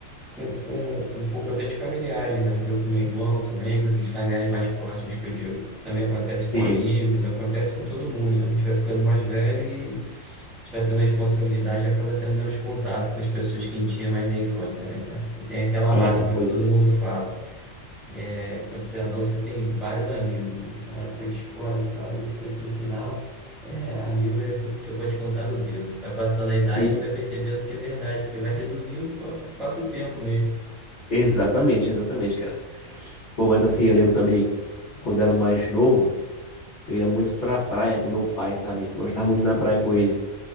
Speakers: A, in the centre; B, on the left.
A: com, com, com um pouco até de familiares, né? Eu com meu irmão também, com aqueles familiares mais próximos que eu digo. Também acontece
B: Sim.
A: com amigos, acontece com todo mundo, né? A gente vai ficando mais velho e a gente vai tendo responsabilidade e acaba tendo menos contato com as pessoas que a gente tinha mais na infância, né, cara? E tem aquela
B: Aham,
A: máxima
B: pois
A: que todo
B: é.
A: mundo fala. É, quando você é novo, você tem vários amigos, né? Tá Na época de escola e tal, e no, fi- no final, é, amigo é aquilo que você pode contar no dedo. Vai passando a idade,
B: E-
A: a gente vai percebendo que é verdade, porque vai reduzindo com o próprio tempo mesmo.
B: Exatamente, exatamente, cara. Pô, mas assim, eu lembro também, quando eu era mais novo, eu ia muito pra praia com meu pai, sabe? Gostava muito de ir na praia com ele.